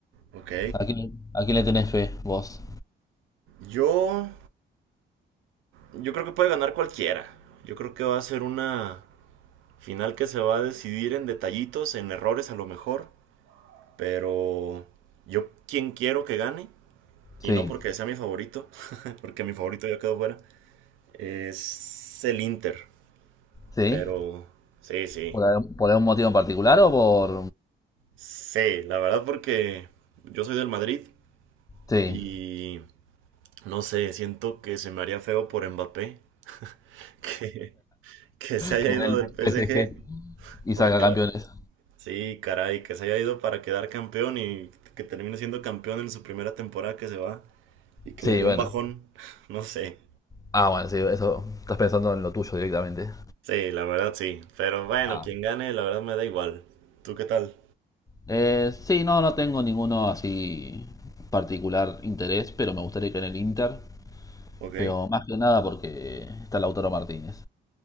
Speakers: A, on the right; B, on the left.
A: Ok.
B: ¿A quién, a quién le tenés fe vos?
A: Yo. Yo creo que puede ganar cualquiera. Yo creo que va a ser una final que se va a decidir en detallitos, en errores a lo mejor. Pero. Yo quien quiero que gane. Y
B: Sí,
A: no porque sea mi favorito. <laughs> porque mi favorito ya quedó fuera. Es el Inter.
B: sí.
A: Pero. Sí, sí.
B: ¿Por algún, por algún motivo en particular o por...?
A: Sí, la verdad porque yo soy del Madrid
B: Sí,
A: y no sé, siento que se me haría feo por Mbappé <laughs> que, que se haya
B: que
A: ido
B: en el
A: del PSG
B: PSG y
A: por
B: salga
A: quedar.
B: campeones.
A: Sí, caray, que se haya ido para quedar campeón y que termine siendo campeón en su primera temporada que se va y que
B: Sí,
A: le dé
B: bueno.
A: un bajón, <laughs> no sé.
B: Ah, bueno, sí, eso estás pensando en lo tuyo directamente.
A: Sí, la verdad sí, pero bueno,
B: Ah.
A: quien gane, la verdad me da igual. ¿Tú qué tal?
B: Eh, sí, no, no tengo ninguno así particular interés, pero me gustaría que en el Inter.
A: ¿Ok?
B: Pero más que nada porque está Lautaro Martínez.